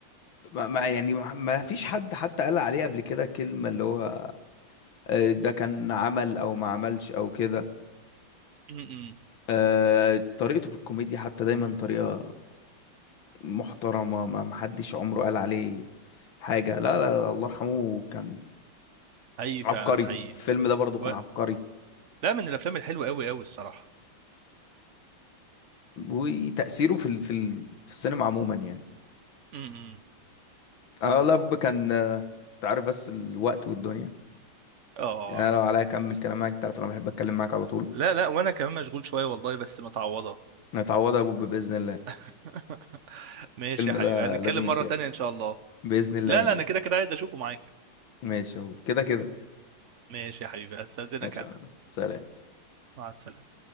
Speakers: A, on the left; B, on the right.
A: ما ما- يعني ما فيش حد حتى قال عليه قبل كده كلمة اللي هو آه، ده كان عمل او ما عملش او كده
B: م- م.
A: آه، طريقته في الكوميديا حتى دايما طريقة محترمة ما ما حدش عمره قال عليه حاجة لا لا لا الله يرحمه كان
B: حقيقي
A: عبقري
B: فعلا حقيقي
A: الفيلم ده برضو كان
B: و...
A: عبقري
B: لا من الافلام الحلوه قوي قوي الصراحه
A: وتأثيره في ال- في ال- في السينما عموما يعني
B: امم
A: انا والله ب- كان آه، تعرف بس الوقت والدنيا
B: اه
A: يعني أنا لو عليا اكمل كلام معاك تعرف انا بحب اتكلم معاك على طول
B: لا لا وانا كمان مشغول شويه والله بس متعوضه
A: نتعوضها يا بوب باذن الله
B: <laughs> ماشي
A: الفيلم
B: يا حبيبي
A: ده
B: هنتكلم
A: لازم يتشاف
B: مره تانية ان شاء الله
A: باذن الله
B: لا
A: يا
B: لا
A: كبير
B: انا كده كده عايز اشوفه معاك
A: ماشي يا بوب كده كده
B: ماشي يا حبيبي استاذنك
A: ماشي
B: انا
A: يا عم. سلام
B: مع السلامه